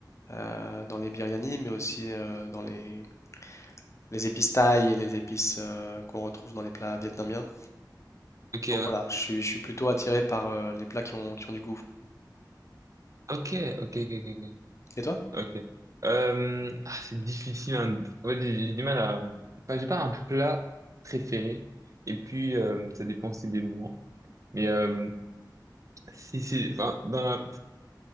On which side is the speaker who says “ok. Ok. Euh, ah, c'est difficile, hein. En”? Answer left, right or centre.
Right